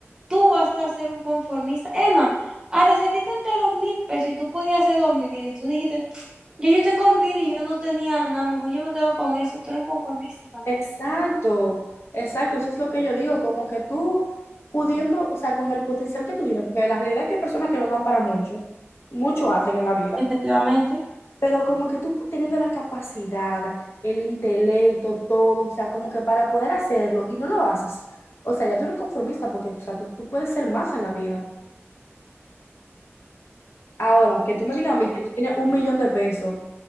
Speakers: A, on the right (about 15°); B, on the left (about 60°).
A: tú vas a ser un conformista. Emma, hasta si a ti te entraron mil pesos y tú podías hacer dos mil y tú dijiste, yo, yo tengo mil y yo no tenía nada, mejor yo me quedo con eso. Tú eres un conformista también.
B: Exacto, exacto, eso es lo que yo digo, como que tú pudiendo, o sea, con el potencial que tú tienes, porque la realidad es que hay personas que no dan para mucho, mucho hacen en la vida,
A: Efectivamente.
B: pero como que tú teniendo la capacidad, el intelecto, todo, o sea, como que para poder hacerlo y no lo haces, o sea, ya tú eres un conformista, porque, o sea, tú, tú puedes ser más en la vida. Ahora, que tú me digas a mí que tú tienes un millón de pesos,